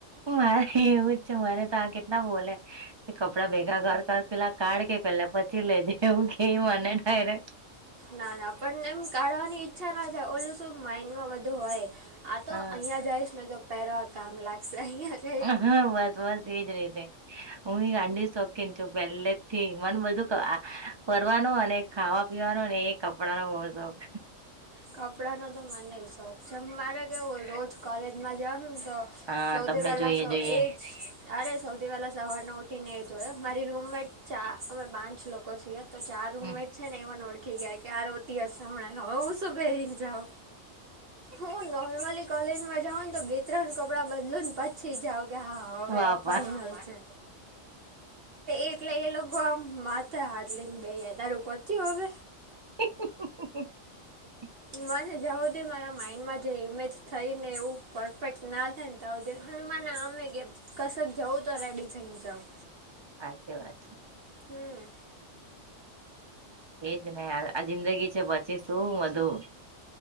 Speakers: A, on the right; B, on the right.
A: મારે એવું જ છે, મરે તો આ કેટલા બોલે કે કપડાં ભેગા કર કર પેલા કાઢ કે પેલા પછ લે જે એવું કેયું મને ડાયરેક
B: ના ના પણ એમ કાઢવાની ઈચ્છા ના થાય ઓલું શું માઇન્ડ માં બઘું હોય. આ તો
A: હા
B: અહિયાયા જઈશ, ને તો પહેરવા કામ લાગશે અહીિયાં જ
A: હા બસ બસ એજ રીતે હું એ અગાડી સોખન છુ. પહેલે જ થી મને બધું ફરવાનો અને ખાવા પીવાનો ને એ કપડાંનો બો શોખ.
B: કપડાનો તો મને શોખ છે, મારે કેવું હોય રોજ કોલેજમાં જવાનું તો
A: હા
B: સૌથી
A: તમને
B: પહેલા
A: જોઈએ
B: સ
A: જોઈએ.
B: એજ અરે સૌથી પહેલા સવાર ન ઉઠીને જોયો મારી રૂમમે ચાર અમે પાંચ લોકો છીએ. તો ચાર રૂમમેટ
A: હમ.
B: છે ને એ મને ઓળખી ગયા કે આ રોતી હશે હમણાં હુ શું પહેરીને જાઉ હુ નોર્મલી. કોલેજમાં જાાવ ને તો બે ત્રણ કપડાં બદલું ને પછી જાાવ કે હા હવે
A: વાહ
B: આ
A: વાહ
B: ફાઈનલ છે, એટલે એ લોકો આમ માથે હાથ લઈને બે હજાર પચ્યું હવ
A: <inaudible>
B: મને જાઉદી મારા માઈન્ડમાં જે ઇમેજ થઈ ને એવું પરફેક્ટ ના તા આવ હ મને આમે કે કશક જવું તો રેડી થઈને જાાવ
A: હાચી વાત છે.
B: હમ્મ
A: એજ ને યાર આ જિંદગી છે, પચી શું બધું